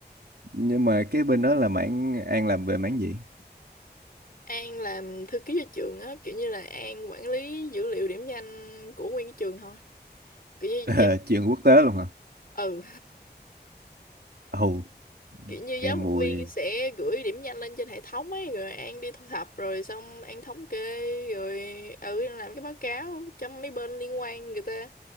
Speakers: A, on the right; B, on the left.
A: nhưng mà cái bên đó là mảng An làm về mảng gì <laughs>
B: An làm thư ký cho trường á kiểu như là An quản lý dữ liệu điểm danh của nguyên cái trường thôi kiểu như
A: Ờ, chuyện quốc tế luôn hả
B: ừ
A: ồ
B: kiểu như giáo
A: nghe mùi
B: viên sẽ gửi điểm danh lên trên hệ thống ấy rồi An đi thu thập rồi xong An thống kê rồi ừ An làm cái báo cáo cho mấy bên liên quan người ta